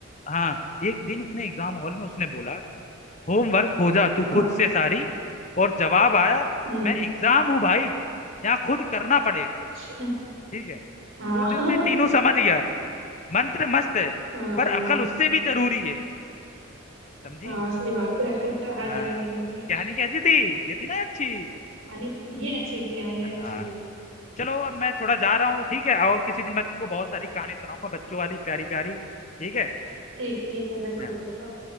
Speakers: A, on the left; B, on the right.
A: हाँ एक दिन उसने एग्जाम हॉल में उसने बोला होमवर्क खोजा तू
B: हाँ
A: खुद से सारी और जवाब आया
B: हम्म,
A: मैं एग्जाम हूँ भाई यहाँ खुद करना पड़ेगा
B: अच्छा,
A: ठीक है
B: हाँ
A: उस दिन
B: <laughs>
A: से टीनू समझ गया मंत्र मस्त है
B: हाँ
A: पर अकल उससे भी जरूरी है समझी
B: हाँ सही बात है अक्कल तो
A: हाँ
B: हर जगह जरूरी है
A: कहानी कैसी थी ये थी ना अच्छी
B: यानी ये अच्छी थी हाँ ये
A: हाँ
B: अच्छी थी
A: चलो अब मैं थोड़ा जा रहा हूँ ठीक है और किसी दिन मैं तुमको बहुत सारी कहानी सुनाऊंगा बच्चों वाली प्यारी प्यारी ठीक है
B: ठीक है ठीक है बिल्कुल
A: हाँ।
B: बिल्कुल